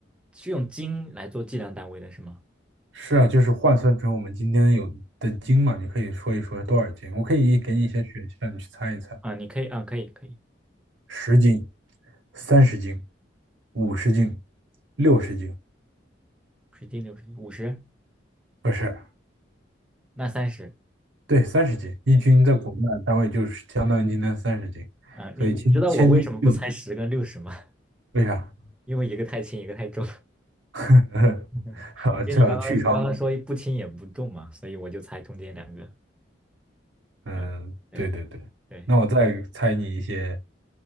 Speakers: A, in the centre; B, on the right.
A: 是用斤来做计量单位的是吗？
B: 是啊，就是换算成我们今天有的斤嘛，你可以说一说多少斤？我可以给你一些选项，你去猜一猜：
A: 啊，你可以啊，可以可以，
B: 十斤、三十斤、五十斤、六十斤，
A: 十斤六十五十，
B: 不是，
A: 那三十。
B: 对，三十斤。一斤在国内的单位就是相当于今天三十斤，
A: 啊，你你知道我为什么不猜十跟六十吗？
B: 所以千千斤六
A: <laughs>
B: 为啥？
A: 因为一个太轻，一个太重。
B: <laughs>
A: <laughs>
B: 好，
A: 因为你刚刚你刚刚说不轻也不重嘛，
B: 这去伤。
A: 所以我就猜中间两个。
B: 嗯，
A: 嗯，对
B: 对对对。
A: 对，
B: 那我再猜你一些